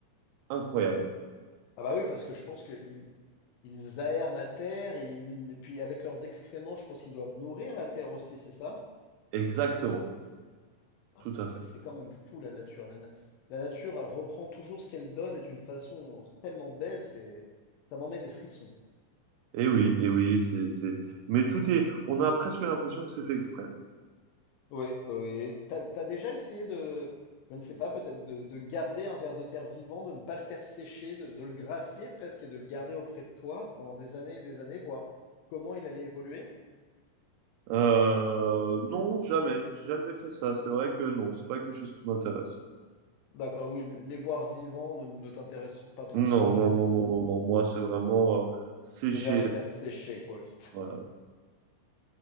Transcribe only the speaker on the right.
Incroyable.
Exactement.
Tout
à
fait.
Et oui, et oui, c'est, c'est. Mais tout est. On a presque l'impression que c'est fait exprès.
Euh, non, jamais, j'ai jamais fait ça. C'est vrai que non, c'est pas quelque chose qui m'intéresse.
Non,
non,
non, non, non, non. Moi, c'est vraiment euh, séché.
Voilà.